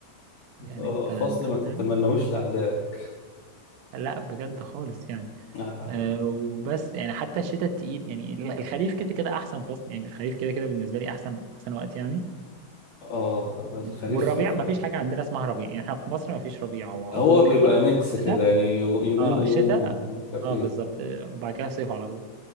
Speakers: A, on the right; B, on the left.
A: يعني
B: آه
A: انت
B: فصل
A: انت
B: ما
A: فاهم
B: تتمنهوش لأعدائك
A: لا بجد خالص يعني
B: آه, آه
A: آه، وبس يعني حتى الشتاء التقيل يعني الخريف كده كده احسن فصل يعني الخريف كده كده بالنسبه لي احسن احسن وقت يعني
B: آه، الخريف
A: والربيع
B: آه،
A: ما فيش حاجه عندنا اسمها ربيع يعني احنا في مصر ما فيش ربيع هو على
B: هو
A: طول بيخلص
B: بيبقى ميكس كده
A: الشتاء
B: يعني يو- يومين
A: اه
B: ويوم
A: الشتاء
B: مش عارف
A: اه
B: ايه
A: بالظبط آه، وبعد كده صيف على طول